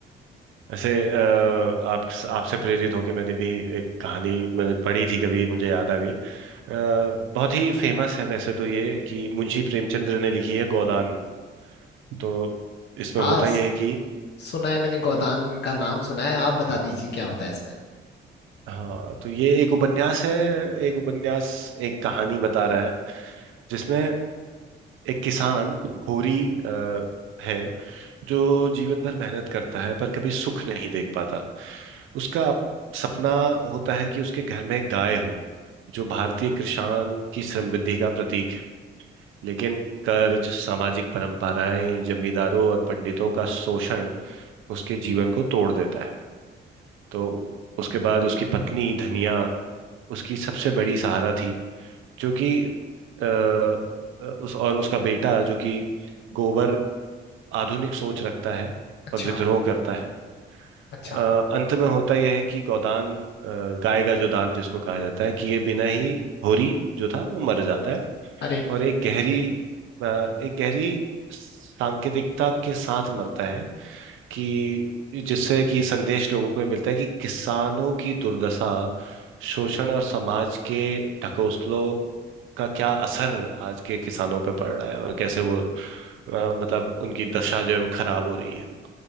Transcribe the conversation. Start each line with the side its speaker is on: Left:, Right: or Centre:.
Right: ऐसे अ, आप आपसे प्रेरित होकर मैंने भी एक कहानी मैंने पढ़ी थी कभी मुझे याद आ गई अ, बहुत ही फेमस है वैसे तो ये कि मुंशी प्रेमचंद्र ने लिखी है गोदान तो इसमें
Left: हाँ
Right: होता
Left: स-
Right: यह है कि
Left: सुना है मैंने गोदान का नाम सुना है आप बता दीजिए क्या होता है इसमें
Right: हाँ तो ये एक उपन्यास है एक उपन्यास एक कहानी बता रहा है जिसमें एक किसान होरी अ, है जो जीवन भर मेहनत करता है पर कभी सुख नहीं देख पाता उसका अप- सपना होता है कि उसके घर में एक गाय हो जो भारतीय किसान की समृद्धि का प्रतीक है लेकिन कर्ज सामाजिक परंपराएं जमींदारों और पंडितों का शोषण उसके जीवन को तोड़ देता है तो उसके बाद उसकी पत्नी धनिया उसकी सबसे बड़ी सहारा थी जो कि अ, अ, उस और उसका बेटा जो कि गोबर आधुनिक सोच रखता है
Left: अच्छा
Right: और विद्रोह करता है
Left: अच्छा
Right: अ, अंत में होता यह है कि गोदान अ, गाय का जो दान जिसको कहा जाता है कि ये बिना ही होरी जो था वो मर जाता है
Left: अरे
Right: और एक गहरी अ, एक गहरी सांकेतिकता के साथ मरता है कि जिससे कि संदेश लोगों को ये मिलता है कि किसानों की दुर्दशा शोषण और समाज के ढकोसलों का क्या असर आज के किसानों पे पड़ रहा है और कैसे वो अ, मतलब उनकी दशा जो है वो खराब हो रही है